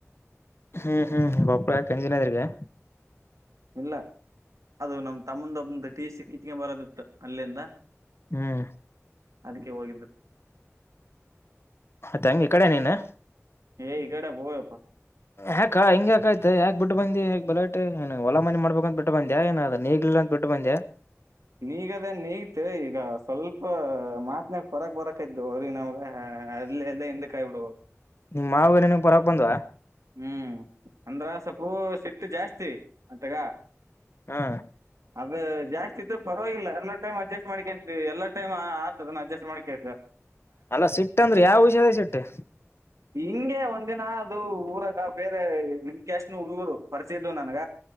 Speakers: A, on the left; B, on the right.
A: ಹ್ಮ್ ಹ್ಮ್ ಬಪಳ ಕೆಂಜನಾದ್ರಿಗೆ
B: ಇಲ್ಲ ಅದು ನಮ್ ತಮ್ಮಂದೊಬ್ಬ ಟೇಸ್ಟಿ ಕಿತ್ಕೊಂಡ ಬರದಿತ್ತು ಅಲ್ಲಿಂದ
A: ಹ್ಮ್
B: ಅದಕ್ಕೆ ಹೋಗಿದ್ರು
A: ಅತಂಗ ಇ ಕಡೆ ನೀನು
B: ಎ ಈ ಕಡೆಪ್ ಹಯಪ್ಪ
A: ಯಾಕಾ ಹಿಂಗ್ಯಾಾಕ ಆಯತತ್ ಯಾಕ್ ಬಿಟ್ಟು ಬಂದಿ ಹಾಕ್ ಬಲಯಟ್ಟೆಏ ಹೊಲ ಮನೆ ಮಾಡ್ಬೇಕಂದಂತ ಬಿಟ್ಟ ಬಂದ್ಯಾಏನ್ ನೀಗ್ಲಿಲ್ಲ ಅಂತ ಬಿಟ್ಟು ಬಂದ್ಯಾ
B: ನೀಗದೇನ್ ನೀಗ್ತ್ ಈಗ ಸ್ವಲ್ಪ ಮಾತ್ನಾಗ ಹೊರಕ್ ಬರಕಕ್ ಇದ್ತು ಅವ್ರ ನಮಗೆ ಹಾ ಅದಲ್ಲಿ ಎಲ್ಲ ಎಂದ ಕಾಯ ಬಿಡು
A: ಮಾವಗಏನ ಪರಕ್ ಬಂದ್
B: ಹ್ಮ್ ಅಂದ್ರ ಸಪ್ಪು ಸಿಟ್ಟ ಜಾಸ್ತಿ ಅತ್ತಗ
A: ಹಾ
B: <unintelligible> ಅ ಜಾಸ್ತಿ ಇದ್ರು ಪರವಾಗಿಲ್ಲ ಎಲ್ಲಾ ಟೈಮ್ ಅಡ್ಜಸ್ಟ್ ಮಾಡಿಕಕಂತವಿ ಎಲ್ಲಾ ಟೈ ಆತದನ್ನ ಅಡ್ಜಸ್ಟ್ ಮಾಡ್ ಕೇ
A: ಅಲ್ಲಾ ಸಿಟ್ಟಂದ್ರ ಯಾವ ವಿಷಯದ ಸಿಟ್ಟು
B: ಹಿಂಗೆ ಒ <unintelligible> ಹಂದಿನ ಅದು ಊರಗ ಬೇರೆ ನಿಮ್ ಕ್ಯಾಶನ ಹುಡುಗರು ಪರಿಚಯ ಇದವು ನನ್ಗ